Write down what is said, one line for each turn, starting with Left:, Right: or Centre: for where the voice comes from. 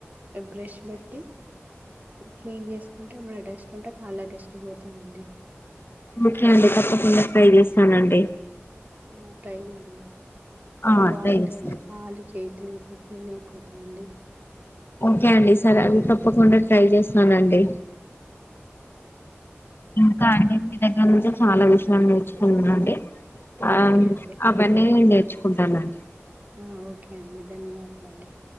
Right: బ్రష్ పెట్టి క్లీన్ చేస్ టే ఏమన డస్ట్ ఉంటే కాళ్ళ డస్ట్ పోతదండి
Left: ఓకే అండి తప్పకుండా ట్రై చేస్తానండి
Right: ఆ ట్రై చేయండి అవి
Left: ఆ
Right: బాగుంటాయండి
Left: ట్రై చేస్తాను
Right: కాలు చేతులు ఇట్లా క్లీన్ అయి పోతదండి
Left: ఓకే అండి సరే అవి తప్పకుండా ట్రై చేస్తానండి ఇంకా అండి మీ దగ్గర నుంచి చాలా విషయాలు నేర్చుకున్నానండి ఆ
Right: ఓకే అండి
Left: అవన్నీ నేను నేర్చుకుంటానండి
Right: ఆ ఓకే అండి ధన్యవాదాలండి